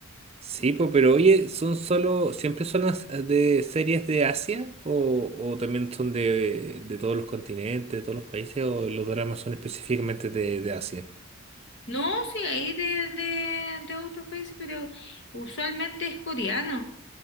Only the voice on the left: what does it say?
No, sí, hay de, de, de otros países, pero usualmente es coreano.